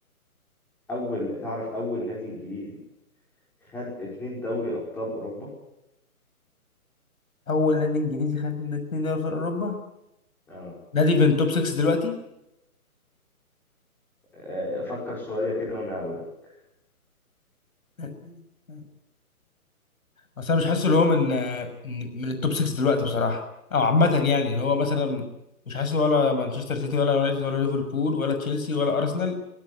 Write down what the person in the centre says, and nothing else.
أول تعرف أول نادي إنجليزي خد اتنين دوري أبطال أوروبا
اه
آه، فكر شوية كده وأنا هقول لك